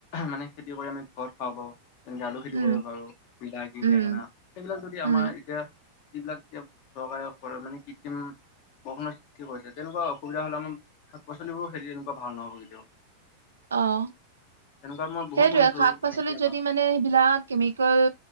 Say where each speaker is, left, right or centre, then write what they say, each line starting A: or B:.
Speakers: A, on the left; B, on the right.
A: মানে খেতি কৰি আমি ঘৰত খাব পাৰোঁ। তেনেকে আলু খেতি
B: উম
A: কৰিব পাৰোঁ। বিলাহী,
B: উম
A: বেঙেনা। সেইবিলাক যদি
B: উম
A: আমাৰ এতিয়া। যি বিলাক এতিয়া সহায়ক কৰে মানে কৃত্ৰিম। বৰষুণৰ সৃষ্টি কৰিছে। তেনেকুৱা অসুবিধা হ'লে আমাৰ শাক পাচলিবোৰ খেতি তেনেকুৱা ভাল নহব কেতিয়াও।
B: অহ
A: তেনেকুৱা মই বহুত
B: সেইটোৱে
A: শুনিছো
B: শাক
A: মানে
B: পাচলিত
A: কি আমাৰ
B: যদি মানে সেইবিলাক কেমিকেল।